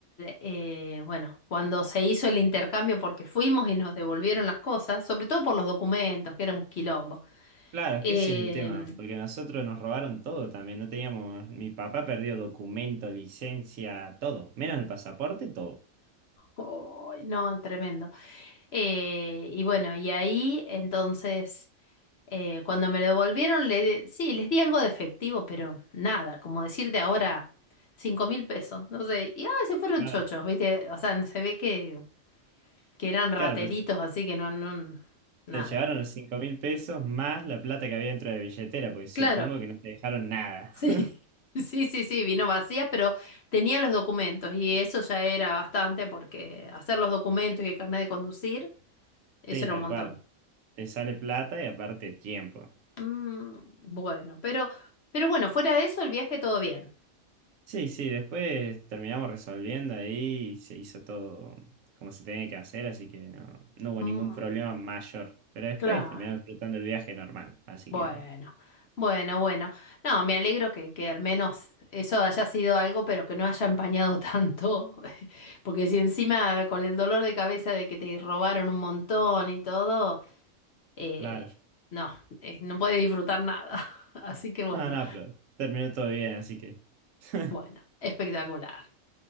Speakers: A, on the left; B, on the right.
A: eh, bueno, cuando se hizo el intercambio, porque fuimos y nos devolvieron las cosas, sobre todo por los documentos, que era un quilombo.
B: Claro,
A: Eh,
B: es que ese es el tema, porque nosotros nos robaron todo también, no teníamos, mi papá perdió documento, licencia, todo, menos el pasaporte, todo.
A: ay, no, tremendo. Eh, y bueno, y ahí entonces Eh, cuando me lo devolvieron, le, sí, les di algo de efectivo, pero nada, como decirte ahora, cinco mil pesos, no sé, y ah, se fueron
B: Claro,
A: chochos, ¿viste? O sea, se ve que, que eran rateritos,
B: claro, pues
A: así que no, no, nada.
B: te llevaron los cinco mil pesos más la plata que había dentro de la billetera, pues
A: Claro,
B: supongo que no te dejaron nada.
A: sí,
B: <laughs>
A: <laughs> sí, sí, sí, vino vacía, pero tenía los documentos y eso ya era bastante porque hacer los documentos y el carnet de conducir, eso
B: Sí,
A: era
B: tal
A: un montón.
B: cual. Te sale plata y aparte tiempo.
A: Mm, bueno, pero, pero bueno, fuera de eso, el viaje todo bien.
B: Sí, sí, después terminamos resolviendo ahí y se hizo todo como se tenía que hacer, así que no, no hubo
A: Mm,
B: ningún problema mayor. Pero después
A: claro.
B: terminamos disfrutando el viaje normal, así
A: Bueno,
B: que,
A: bueno, bueno. No, me alegro que, que al menos eso haya sido algo, pero que no haya empañado tanto. <laughs> Porque si encima con el dolor de cabeza de que te robaron un montón y todo, eh,
B: claro.
A: no, eh, no puedes disfrutar nada. <laughs> Así que bueno,
B: No, no, pero terminó todo bien, así que, <laughs>
A: bueno, espectacular.